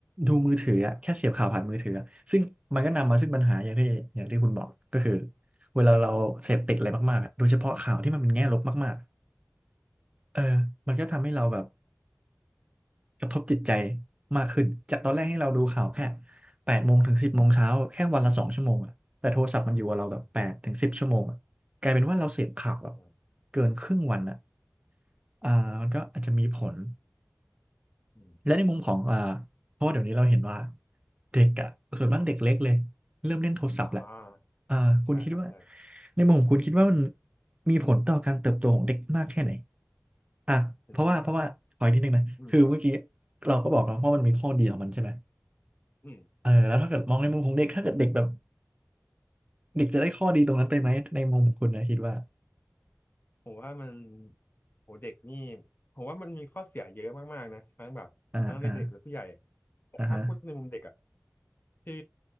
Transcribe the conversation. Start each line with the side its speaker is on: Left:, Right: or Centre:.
Right: ดูมือถืออะแค่เสียบข่าวผ่านมือถืออะซึ่งมันก็นำมาซึ่งปัญหาอย่างที่อย่างที่คุณบอกก็คือเวลาเราเสพติดอะไรมากๆอะโดยเฉพาะข่าวที่มันเป็นแง่ลบมากๆเออมันก็ทำให้เราแบบกระทบจิตใจมากขึ้นจากตอนแรกให้เราดูข่าวแค่แปดโมงถึงสิบโมงเช้าแค่วันละสองชั่วโมงอะแต่โทรศัพท์มันอยู่กับเราแบบแปดถึงสิบชั่วโมงอะกลายเป็นว่าเราเสพข่าวแบบ
Left: อืมครับใช่
Right: เกินครึ่งวันอะอ่ามันก็อาจจะมีผล
Left: ใช่ครับอืม
Right: และในมุมของอ่าเพราะว่าเดี๋ยวนี้เราเห็นว่าเด็กอะส่วนมากเด็กเล็กเลยเริ่มเล่นโทรศัพท์แหละ
Left: อ่าใช่ครับใช่
Right: อ่าคุณคิดว่าในมุมของคุณคิดว่ามันมีผลต่อการเติบโตของเด็กมากแค่ไหนอ่ะเพราะว่าเพราะว่าขออีกนิดนึงนะคือเมื่อกี้
Left: ถือว่าแบบอืมครับ
Right: เราก็บอกแล้วว่ามันมีข้อดีของมันใช่ไหม
Left: อืม
Right: เออแล้วถ้าเกิดมองในมุมของเด็กถ้าเกิดเด็กแบบเด็กจะได้ข้อดีตรงนั้นไปไหมในมุมของคุณนะคิดว่า
Left: ผมว่ามันโหเด็กนี่ผมว่ามันมีข้อเสียเยอะมากๆนะทั้งแบบทั้งในเด็กและผู้ใหญ่
Right: อ่าอ่า
Left: แต่ถ้าพูดในมุมเด็กอ่ะ
Right: อ่าฮะ
Left: คือ